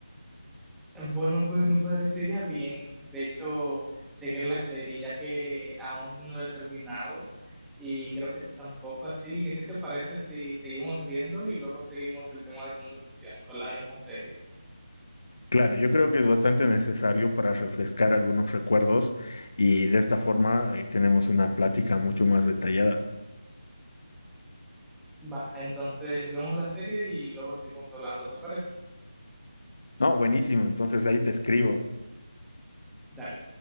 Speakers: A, in the centre; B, on the left (about 50°).
A: Bueno, pues me parecería bien, de hecho, seguir la serie, ya que aún yo no la he terminado y creo que tú tampoco, así que ¿qué te parece si seguimos viendo y luego seguimos el tema de conversación con la misma serie?
B: Claro, yo creo que es bastante necesario para refrescar algunos recuerdos y de esta forma eh, tenemos una plática mucho más detallada.
A: Va, entonces vemos la serie y luego seguimos hablando, ¿te parece?
B: No, buenísimo, entonces ahí te escribo.
A: Dale.